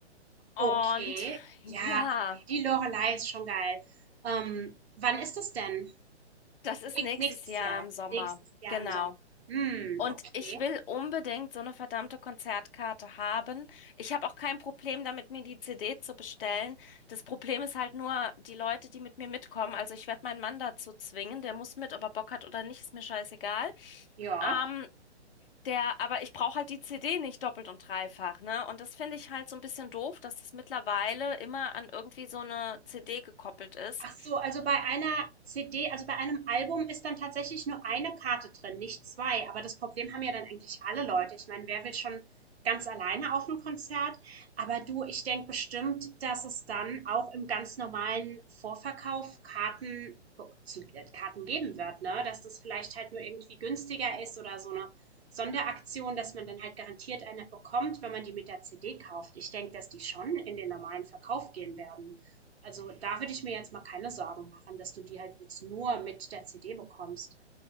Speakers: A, on the left; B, on the right.
A: Und
B: Okay,
A: ja,
B: ja, Paddy Lorelei ist schon geil. Ähm, wann ist das denn?
A: das ist
B: Nächst-
A: nächstes
B: Nächstes
A: Jahr
B: Jahr.
A: im Sommer.
B: Nächstes Jahr
A: Genau.
B: im Sommer. Hm,
A: Und
B: okay.
A: ich will unbedingt so eine verdammte Konzertkarte haben. Ich habe auch kein Problem damit, mir die CD zu bestellen. Das Problem ist halt nur die Leute, die mit mir mitkommen. Also ich werde meinen Mann dazu zwingen. Der muss mit, ob er Bock hat oder nicht, ist mir scheißegal.
B: Ja.
A: Ähm, Der, aber ich brauche halt die CD nicht doppelt und dreifach, ne? Und das finde ich halt so ein bisschen doof, dass es mittlerweile immer an irgendwie so eine CD gekoppelt ist.
B: Ach so, also bei einer CD, also bei einem Album ist dann tatsächlich nur eine Karte drin, nicht zwei. Aber das Problem haben ja dann eigentlich alle Leute. Ich meine, wer will schon ganz alleine auf ein Konzert? Aber du, ich denke bestimmt, dass es dann auch im ganz normalen Vorverkauf Karten zu äh, Karten geben wird, ne? Dass das vielleicht halt nur irgendwie günstiger ist oder so eine Sonderaktion, dass man dann halt garantiert eine bekommt, wenn man die mit der CD kauft. Ich denke, dass die schon in den normalen Verkauf gehen werden. Also da würde ich mir jetzt mal keine Sorgen machen, dass du die halt jetzt nur mit der CD bekommst.